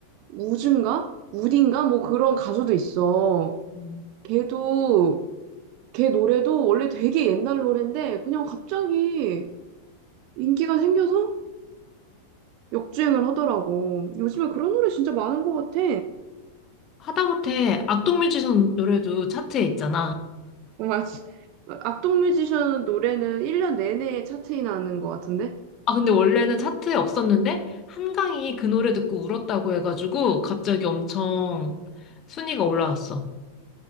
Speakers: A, on the right; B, on the left.
A: 우즈인가? 우딘가? 뭐 그런 가수도 있어.
B: 음.
A: 걔도 걔 노래도 원래 되게 옛날 노래인데 그냥 갑자기 인기가 생겨서 역주행을 하더라고. 요즘에 그런 노래 진짜 많은 것 같아.
B: 하다못해 악동뮤지션 노래도 차트에 있잖아.
A: 맞지. 악동 뮤지션 노래는 1년 내내 차트에 나는 것 같은데?
B: 아, 근데 원래는 차트에 없었는데 한강이 그 노래 듣고 울었다고 해가지고 갑자기 엄청 순위가 올라왔어.